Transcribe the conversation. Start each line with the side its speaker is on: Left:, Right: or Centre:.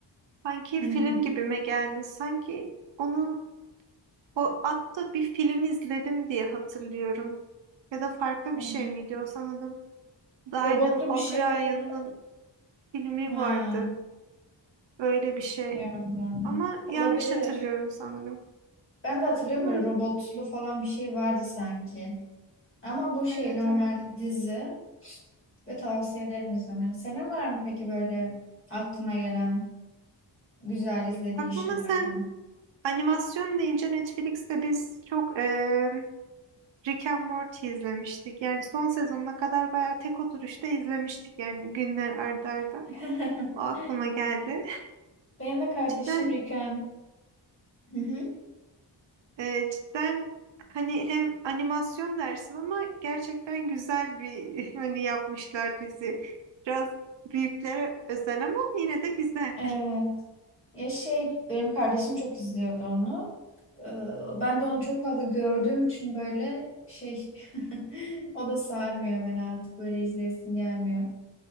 Right: Sanki
Left: Hı
Right: film
Left: hı.
Right: gibime geldi. Sanki onun o atta bir film izledim diye hatırlıyorum. Ya da farklı
Left: Hı.
Right: bir şey miydi o sanırım. Dylan
Left: Robotlu bir
Right: O'Brien'in
Left: şeyler.
Right: filmi
Left: Ha.
Right: vardı. Böyle bir şey.
Left: Bilmiyorum onu.
Right: Ama yanlış
Left: Olabilir.
Right: hatırlıyorum sanırım.
Left: Ben de hatırlıyorum
Right: Bunun,
Left: böyle robotlu falan bir şey vardı sanki. Ama bu şey
Right: evet
Left: normal
Right: evet.
Left: dizi ve tavsiye ederim izlemeni. Senin var mı peki böyle aklına gelen güzel izlediğin
Right: Aklıma
Left: şeylerden?
Right: sen Animasyon deyince Netflix'te biz çok eee Rick and Morty izlemiştik. Yani son sezonuna kadar bayağı tek oturuşta izlemiştik yani günler ardarda. arda.
Left: <laughs>
Right: O aklıma geldi.
Left: Benim de kardeşim
Right: Cidden
Left: Riken. Hı hı.
Right: eee, cidden hani hem animasyon dersin ama gerçekten güzel bir <laughs> hani yapmışlar dizi. Biraz büyüklere özel ama yine de güzel.
Left: Evet. Ya şey benim kardeşim çok izliyordu onu. Ee, Ben de onu çok fazla gördüğüm için böyle şey <laughs> o da sarmıyor beni artık böyle izleyesim gelmiyor.